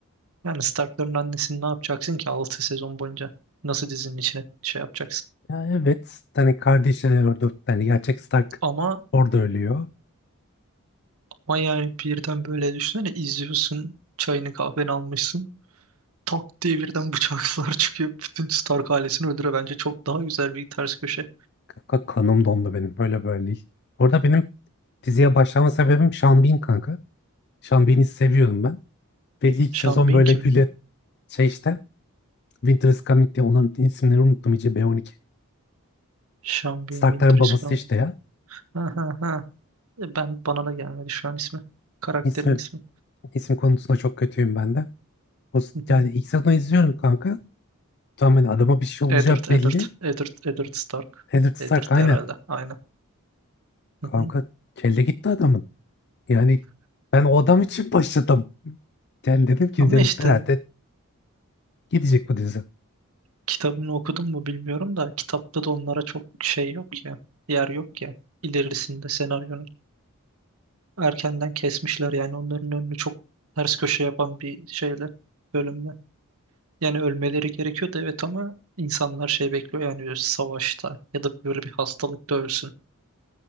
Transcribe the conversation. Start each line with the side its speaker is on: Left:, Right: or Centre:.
Right: Yani Stark'ların annesini ne yapacaksın ki 6 sezon boyunca? Nasıl dizinin içine şey yapacaksın?
Left: Ya evet hani kardeşi de orada yani gerçek Stark
Right: Ama,
Left: orada ölüyor.
Right: ama yani birden böyle düşünsene izliyorsun çayını kahveni almışsın. Tak diye birden bıçaklar <laughs> çıkıyor. Bütün Stark ailesini öldürüyor. Bence çok daha güzel bir ters köşe.
Left: Kanka kanım dondu benim böyle böyle değil. Orada benim diziye başlama sebebim Sean Bean kanka. Sean Bean'i seviyordum ben. Ve ilk
Right: Sean
Left: sezon
Right: Bean
Left: böyle
Right: kim
Left: güle
Right: lan?
Left: şey işte Winter is Coming diye onun isimleri unuttum iyice B12.
Right: Sean Bean
Left: Stark'ların
Right: Winter
Left: babası
Right: is Coming.
Left: işte ya.
Right: Ha ha ha. E, Ben, bana da gelmedi şu an ismi. Karakterin
Left: İsmi,
Right: ismi.
Left: isim konusunda çok kötüyüm ben de. O,
Right: Hı hı.
Left: yani ilk sezonu izliyorum kanka. Tamam hani adama bir şey olacağı
Right: Eddard,
Left: belli.
Right: Eddard, Eddard, Eddard Stark.
Left: Eddard Stark
Right: Eddard
Left: aynen.
Right: herhalde. Aynen. Hı
Left: Kanka
Right: hı.
Left: kelle gitti adamın. Yani ben o adam için başladım. Yani dedim ki
Right: Ama
Left: dedim,
Right: işte
Left: herhalde gidecek bu dizi.
Right: Kitabını okudun mu bilmiyorum da kitapta da onlara çok şey yok ya. Yer yok ya. İlerisinde senaryonun. Erkenden kesmişler yani onların önünü çok ters köşe yapan bir şeyle bölümle. Yani ölmeleri gerekiyordu evet ama insanlar şey bekliyor yani bir savaşta ya da böyle bir hastalıkta ölsün.